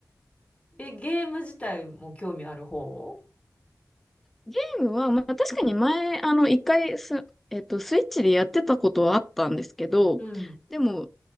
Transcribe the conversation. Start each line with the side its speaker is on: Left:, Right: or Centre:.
Left: え、ゲーム自体も興味ある方
Centre: ゲームは、まあ、確かに前、あの、一回す、えっと、スイッチでやってたことはあったんですけど、
Left: うん。
Centre: でも、